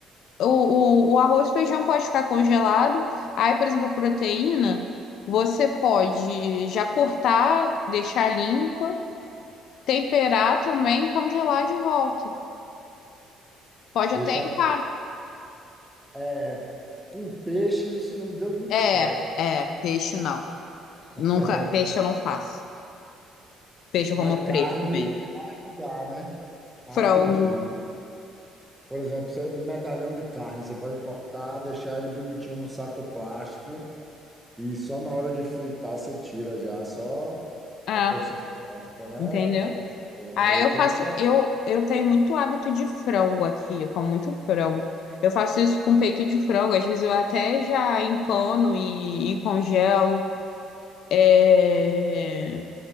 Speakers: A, on the left; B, in the centre.
A: o, o, o arroz e feijão pode ficar congelado. Aí, por exemplo, a proteína, você pode já cortar, deixar limpa, temperar também, e congelar de volta. Pode
B: Deixar
A: até empar.
B: é, com peixe, isso não deu muito
A: É,
B: certo.
A: é, peixe não.
B: <laughs>
A: Nunca, peixe eu não faço. Peixe eu
B: Mas
A: como
B: carne,
A: fresco mesmo.
B: carne dá, né? Ah,
A: Frango.
B: entendi. Então, Por exemplo, você- um medalhão de carne, você pode cortar, deixar ele bonitinho no saco plástico e só na hora de fritar você tira já, só
A: É,
B: a porção certa, né?
A: entendeu?
B: Ah, Eu
A: Aí eu
B: estou
A: faço, eu, eu tenho muito hábito de frango aqui, eu como muito frango. Eu faço isso com peito de frango, às vezes eu até já empano e, e congelo. É...